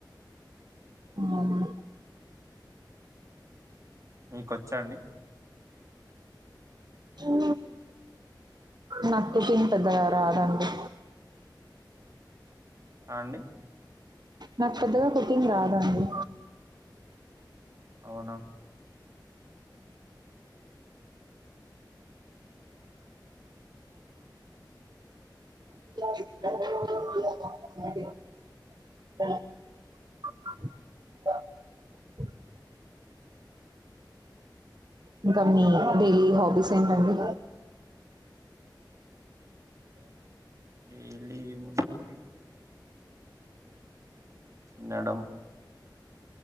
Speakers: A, on the right; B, on the right.
A: అవునా హ్మ్.
B: మీకొచ్చాండి
A: ఉ నాకు తెలిసి పెద్దగా రాదండి.
B: అండి
A: నాకు పెద్దగా కుటింగ్ రాదండి.
B: అవునా
A: <unintelligible> అ బ ఇంకా మీ డైలీ హాబీస్ ఏంటండి?
B: డైలీ ఏముందండి న్నడం